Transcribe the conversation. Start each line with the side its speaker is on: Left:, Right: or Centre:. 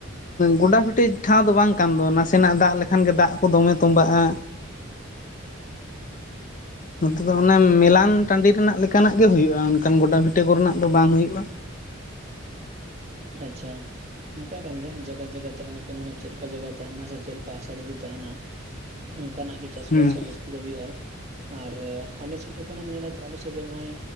Left: ᱜᱚᱰᱟ ᱵᱷᱤᱴᱤ ᱴᱷᱟᱶ ᱫᱚ ᱵᱟᱝ ᱠᱟᱱ ᱫᱚ ᱱᱟᱥᱮᱱᱟᱜ ᱫᱟᱜ ᱞᱮᱠᱷᱟᱱ ᱜᱮ ᱫᱟᱜ ᱠᱚ ᱫᱚᱢᱮ ᱛᱚᱸᱵᱟᱜᱼᱟ ᱱᱚᱛᱮ ᱫᱚ ᱚᱱᱮ ᱢᱮᱞᱟᱱ ᱴᱟᱺᱰᱤ ᱨᱮᱱᱟᱜ ᱞᱮᱠᱟᱱᱟᱜ ᱜᱮ ᱦᱩᱭᱩᱜᱼᱟ, ᱚᱱᱠᱟᱱ ᱜᱚᱰᱟ ᱵᱷᱤᱴᱟᱹ ᱠᱚᱨᱮᱱᱟᱜ ᱫᱚ ᱵᱟᱝ ᱦᱩᱭᱩᱜᱼᱟ᱾
Right: ᱟᱪᱪᱷᱟ ᱚᱱᱠᱟ ᱠᱟᱱ ᱜᱮᱭᱟ ᱡᱟᱭᱜᱟ ᱡᱟᱭᱜᱟ ᱛᱟᱦᱮᱱᱟ ᱚᱱ ᱠᱚ ᱢᱟᱱᱮ ᱪᱮᱫ ᱞᱮᱠᱟ ᱡᱟᱭᱜᱟ ᱛᱟᱦᱮᱱᱟ ᱥᱮ ᱪᱮᱫ ᱞᱮᱠᱟ ᱦᱟᱥᱟ ᱫᱷᱩᱲᱤ ᱛᱟᱦᱮᱱᱟ ᱚᱱᱠᱟᱱᱟᱜ ᱜᱮ ᱪᱟᱥᱵᱟᱥ
Left: ᱦᱮᱸ
Right: ᱦᱚᱸ ᱡᱟᱹᱥᱛᱤ ᱫᱚ ᱦᱩᱭᱩᱜᱼᱟ᱾ ᱟᱨ ᱟᱞᱮ ᱥᱮᱫ ᱡᱚᱠᱷᱚᱱᱮᱢ ᱧᱮᱞᱟ ᱛᱚ ᱟᱞᱮᱥᱮᱫ ᱫᱚ ᱱᱚᱜᱼᱚᱭ